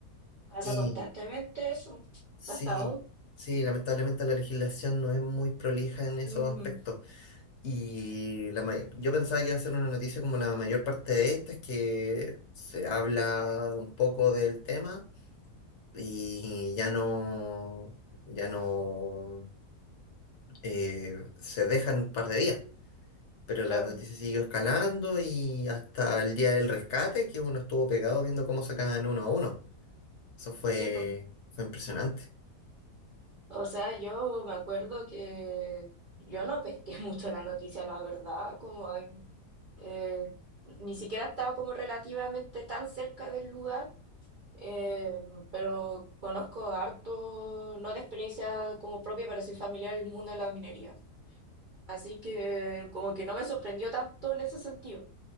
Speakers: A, on the right; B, on the left.
A: Pasa
B: Y
A: constantemente eso,
B: sí,
A: hasta hoy.
B: sí, lamentablemente la legislación no es muy prolija en esos
A: Mm,
B: aspectos. Y la may- yo pensaba que iba a ser una noticia como la mayor parte de estas, que se habla un poco del tema y ya no, ya no eh, se dejan un par de días. Pero
A: claro,
B: la noticia siguió escalando y hasta el día del rescate, que uno estuvo pegado viendo cómo sacaban uno a uno. Eso fue,
A: sí, pues.
B: fue impresionante.
A: O sea, yo me acuerdo que yo no pesqué <laughs> mucho la noticia, la verdad, como ay, eh, ni siquiera estaba como relativamente tan cerca del lugar, eh, pero conozco harto, no de experiencia como propia, pero soy familiar del mundo de la minería. Así que como que no me sorprendió tanto en ese sentido.